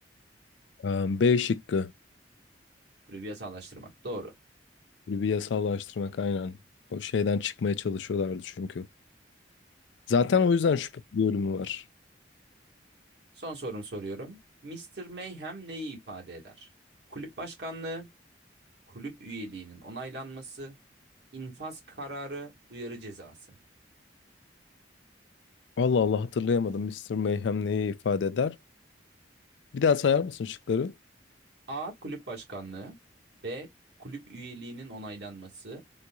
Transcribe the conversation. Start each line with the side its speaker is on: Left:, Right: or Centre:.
Left: Ee, B şıkkı.
Right: Kulübü yasallaştırmak. Doğru.
Left: Böyle bir yasallaştırmak aynen. O şeyden çıkmaya çalışıyorlardı çünkü. Zaten
Right: Evet.
Left: o yüzden şüphe bir bölümü var.
Right: Son sorumu soruyorum. Mister Mayhem neyi ifade eder? Kulüp başkanlığı, kulüp üyeliğinin onaylanması, infaz kararı, uyarı cezası.
Left: Allah Allah hatırlayamadım. Mister Mayhem neyi ifade eder? Bir daha sayar mısın şıkları?
Right: A. Kulüp başkanlığı. B. Kulüp üyeliğinin onaylanması.